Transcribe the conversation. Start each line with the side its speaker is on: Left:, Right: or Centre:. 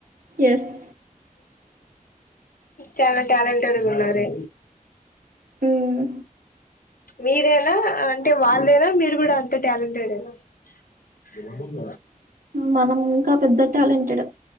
Right: ఎస్
Left: చాలా ట్యాలెంట్డ్ ఉన్నారే
Right: హ్మ్
Left: మీరేనా అంటే వాళ్ళేనా మీరు కూడా అంత టాలెంటెడేనా ఎంద
Right: మనం ఇంకా పెద్ద టాలెంటెడ్